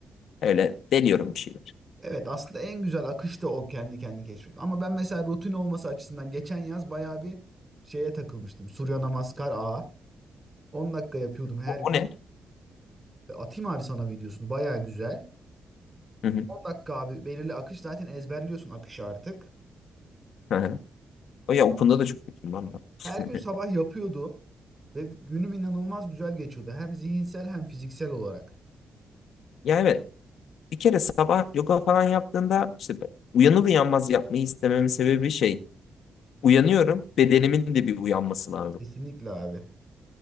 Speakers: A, on the left; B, on the right.
A: Öyle deniyorum bir şey.
B: Evet aslında en güzel akış da o kendi kendi keşfetmek. Ama ben mesela rutin olması açısından geçen yaz bayağı bir şeye takılmıştım. Surya Namaskar Ağa. 10 dakika yapıyordum her
A: O,
B: gün.
A: o ne?
B: E, Atayım abi sana videosunu bayağı güzel.
A: Hı hı.
B: 10 dakika abi belirli akış zaten ezberliyorsun akışı artık.
A: Hı hı. O ya Open'da da çok kötüyüm ben. ben.
B: Her gün
A: <laughs>
B: sabah yapıyordum ve günüm inanılmaz güzel geçiyordu. Hem zihinsel hem fiziksel olarak.
A: Ya evet. Bir kere sabah yoga falan yaptığında işte uyanır uyanmaz yapmayı istememin sebebi şey. Uyanıyorum. Bedenimin de bir uyanması lazım.
B: Kesinlikle abi.